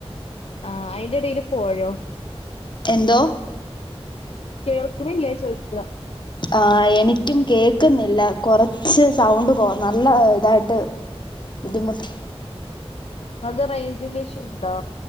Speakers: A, on the left (about 70°); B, on the left (about 45°).
A: ആ അയിന്റെ എടേൽ പോയോ
B: എന്തോ
A: കേൾക്കണ്ണിലെ ചോഴിദിക്കുക
B: ആ എനിക്കും കേക്കുന്നില്ല കുറച്ച് സൗണ്ട്കോ നല്ല ഇതായിട്ട് ബുദ്ധിമുട്ട്
A: അത് റേഞ്ചിന്റെ ഇഷ്യൂ ഉണ്ടോ